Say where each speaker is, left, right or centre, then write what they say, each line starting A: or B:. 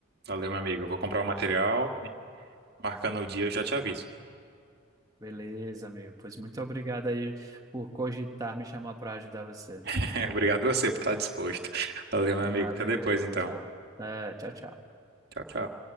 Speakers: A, on the right; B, on the right.
A: Valeu, meu amigo. Eu vou comprar o material e marcando o dia eu já te aviso.
B: Beleza, amigo. Pois muito obrigado aí por cogitar me chamar para ajudar você.
A: <laughs> Obrigado você por estar disposto. Valeu, meu
B: Valeu.
A: amigo. Até depois, então.
B: Tchau, eh, tchau, tchau.
A: Tchau, tchau.